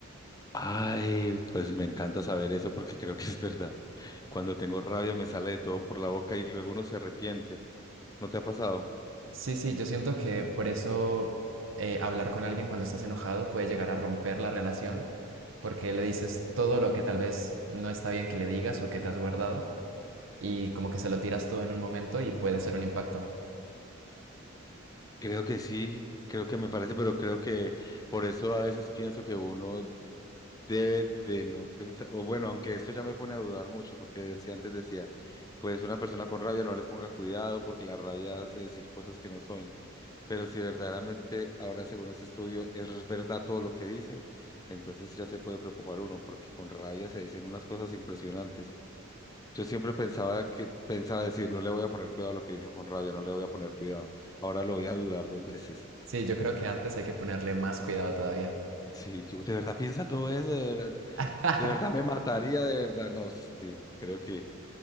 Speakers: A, on the left (about 15°); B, on the right (about 65°).
A: Ay, pues me encanta saber eso porque creo que es verdad. Cuando tengo rabia me sale de todo por la boca y luego uno se arrepiente. ¿No te ha pasado?
B: Sí, sí, yo siento que por eso eh, hablar con alguien cuando estás enojado puede llegar a romper la relación porque le dices todo lo que tal vez no está bien que le digas o que te has guardado. y como que se lo tiras todo en un momento y puede ser un impacto.
A: Creo que sí, creo que me parece, pero creo que por eso a veces pienso que uno Debe de no pensar, o bueno, aunque esto ya me pone a dudar mucho, porque si antes decía, pues una persona con rabia no le ponga cuidado porque la rabia hace decir cosas que no son. Pero si verdaderamente ahora, según este estudio, es verdad todo lo que dice, entonces ya se puede preocupar uno, porque con rabia se dicen unas cosas impresionantes. Yo siempre pensaba que, pensaba decir, no le voy a poner cuidado a lo que dijo con rabia, no le voy a poner cuidado. Ahora lo voy a dudar dos veces. <laughs>
B: Sí, yo creo que antes hay que ponerle más cuidado todavía.
A: Sí, yo de verdad piensa todo eso, de verdad.
B: <laughs>
A: De verdad me mataría, de verdad. No, sí, creo que,